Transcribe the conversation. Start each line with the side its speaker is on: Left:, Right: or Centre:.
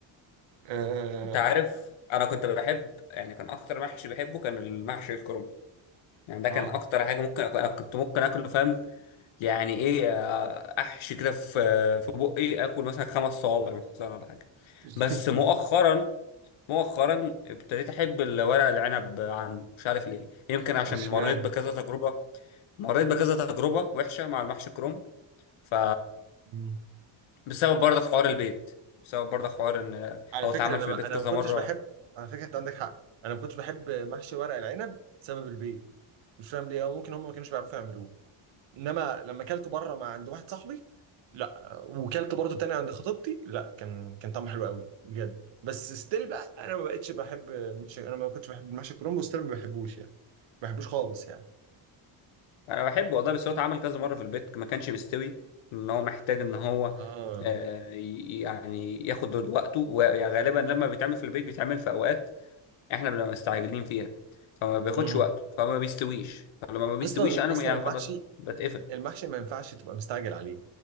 Right: اه
Left: انت عارف انا كنت بحب يعني كان اكتر محشي بحبه كان المحشي الكرنب يعني ده
Right: اه
Left: كان اكتر حاجه ممكن أكل. انا كنت ممكن اكله فاهم يعني ايه آه، احشي كده في في بقي اكل مثلا خمس صوابع مثلا ولا حاجه
Right: <laughs>
Left: بس مؤخرا مؤخرا ابتديت احب الورق العنب عنه مش عارف ليه يمكن عشان
Right: اشمعنى
Left: مريت بكذا تجربه مريت بكذا تجربه وحشه مع المحشي الكرنب ف
Right: مم.
Left: بسبب برضه حوار البيت بسبب برضه حوار ان
Right: على
Left: هو
Right: فكره
Left: اتعمل
Right: انا
Left: في
Right: ما-
Left: البيت
Right: انا
Left: كذا
Right: ما كنتش
Left: مره
Right: بحب على فكره انت عندك حق انا ما كنتش بحب محشي ورق العنب بسبب البيض مش فاهم ليه او ممكن هم ما كانوش بيعرفوا يعملوه انما لما اكلته بره مع عند واحد صاحبي لا وكلت برضه تاني عند خطيبتي لا كان كان طعمه حلو قوي بجد بس ستيل بقى انا ما بقتش بحب المحشي انا ما كنتش بحب المحشي الكرنب ستيل ما بحبوش يعني ما بحبوش خالص يعني
Left: انا بحبه والله بس هو اتعمل كذا مره في البيت ما كانش مستوي ان هو محتاج ان هو
Right: اه
Left: آه، ي- يعني ياخد وقته وغالبا لما بيتعمل في البيت بيتعمل في اوقات احنا بنبقى مستعجلين فيها فما بياخدش
Right: امم
Left: وقته فما بيستويش فلما ما بيستويش
Right: اصلا
Left: انا
Right: اصلا
Left: يعني
Right: المحشي
Left: خلاص بتقفل
Right: المحشي ما ينفعش تبقى مستعجل عليه